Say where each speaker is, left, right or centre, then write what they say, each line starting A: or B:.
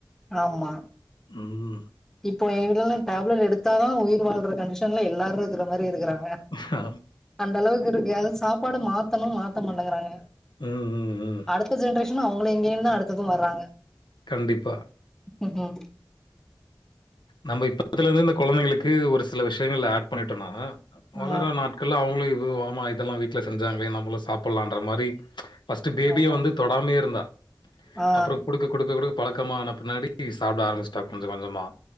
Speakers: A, in the centre; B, on the left.
A: ஆமா
B: ம்
A: இப்போ என் வீட்லல்லா டப்லெட் எடுத்தா தான் உயிர் வாழ்ற கண்டிஷன்ல எல்லாரும் இருக்கிற மாரி இருக்கறாங்க
B: ஆ
A: அந்த அளவுக்கு இருக்கு அது சாப்பாடு மாத்தணு மாத்த மாட்டங்குறாங்க
B: ம் ம் ம்.
A: அடுத்த ஜென்ரேஷனு அவுங்கள எங்கேன்னு தான் அடுத்ததும் வர்றாங்க
B: கண்டிப்பா
A: ம் ஹும்
B: நம்ம இப்பத்துல இருந்து இந்த கொழந்தைங்களுக்கு ஒரு சில விஷயங்கள் ஆட் பண்ணிட்டன்னா
A: ஆ
B: வளர நாட் கல்ல அவங்களே இதுவு ஆமா இதெல்லா வீட்டுல செஞ்சாங்களே நம்மளு சாப்பிட்லான்ற மாரி ஃபஸ்ட்டு பேபிய
A: ஆமா
B: வந்து தொடாமே இருந்தா
A: ஆ
B: அப்பறோ குடுக்க குடுக்க குடுக்க பழக்கமான பின்னாடி சாப்ட ஆரம்பிஸ்ட்டா கொஞ்ச கொஞ்ச மா